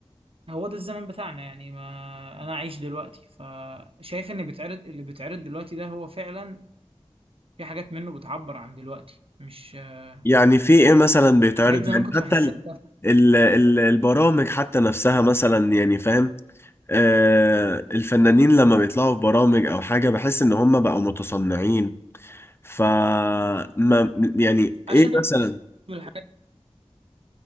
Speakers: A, on the right (about 60°); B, on the left (about 20°).
A: هو ده الزمن بتاعنا يعني ما انا عايش دلوقتي فشايف ان بيتعرض اللي بيتعرض دلوقتي ده هو فعلا في حاجات منه بتعبر عن دلوقتي مش آه،
B: يعني في ايه مثلا بيتعرض
A: حاجات زمان
B: يعني
A: كنت
B: حتى
A: بحسها
B: ال...
A: تافهة.
B: ال... ال- البرامج حتى نفسها مثلا يعني فاهم آه الفنانين لما بيطلعوا في برامج او حاجة بحس ان هم بقوا متصنعين ف ما يعني
A: عشان
B: ايه
A: البرستيج
B: مثلا
A: والحاجات